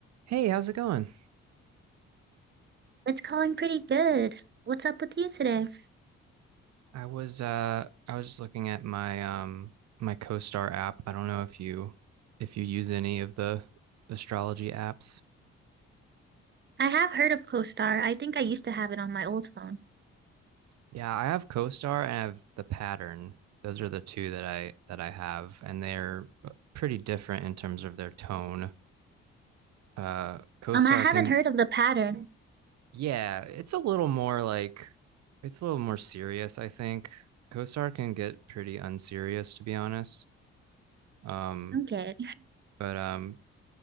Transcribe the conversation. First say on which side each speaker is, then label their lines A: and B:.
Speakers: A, on the right; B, on the right.
A: Hey, how's it going?
B: It's calling pretty good. What's up with you today?
A: I was uh I was just looking at my um my CoStar app. I don't know if you if you use any of the astrology apps.
B: I have heard of CoStar. I think I used to have it on my old phone.
A: Yeah, I have CoStar and I have the Pattern. Those are the two that I that I have, and they're uh, pretty different in terms of their tone. Uh CoStar
B: Um, I haven't
A: can
B: heard of the pattern.
A: yeah, it's a little more like it's a little more serious, I think. CoStar can get pretty unserious, to be honest. Um,
B: Okay.
A: but um,